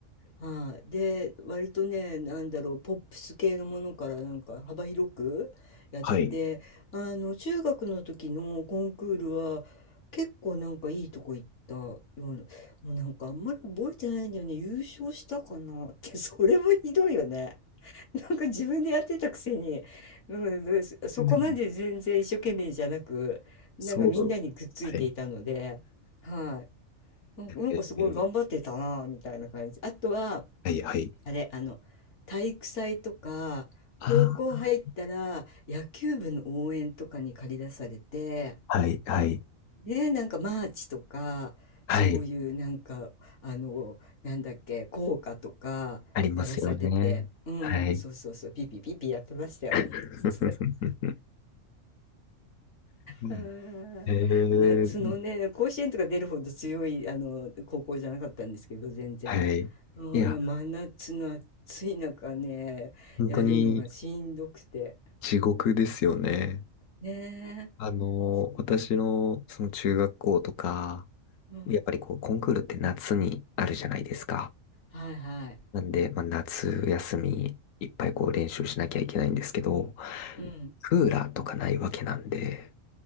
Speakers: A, on the left; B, on the left.
A: はい、で割とねなんだろうポップス系のものからなんか幅広くやってあの中学の時のコンクールは結構なんかいいとこ行ったようなもうなんかあんまり覚えてないんだよね優勝したかなって
B: はい。はい
A: <laughs> それもひどいよね <laughs> なんか自分でやってたくせに、うん、そそこまで全然一生懸命じゃなくなんかみんなにくっついていたのではい
B: うんそう。はい。
A: なんかなんかすごい頑張ってたなみたいな感じあとは
B: えーはい、はい。
A: あれ、あの、体育祭とか、高校入ったら野球部の応援とかに駆り出されて、
B: ああ、はい、はい、
A: ね、なんかマーチとか、
B: はい。
A: そういうなんか、あの、なんだっけ、校歌とかやらされて、
B: ありますよね。
A: うん、
B: はい。
A: そうそうそう、ピーピーピーピーやってましたよ。
B: <laughs>
A: <laughs>
B: う
A: あー
B: えー
A: <laughs> 夏のね、甲子園とか出るほど強いあの高校じゃなかったんですけど、全然。
B: はい。
A: うん、
B: いや、
A: 真夏の暑い中ね、
B: 本当に
A: やるのがしんどくて。
B: 地獄ですよね。
A: ねえ。
B: あの、私のその中学校とか、
A: うん。うん
B: やっぱりこうコンクールって夏にあるじゃないですか。
A: はいはい。
B: なんで、まあ、夏休みいっぱいこう練習しなきゃいけないんですけど、
A: うん。
B: クーラーとかないわけなんで、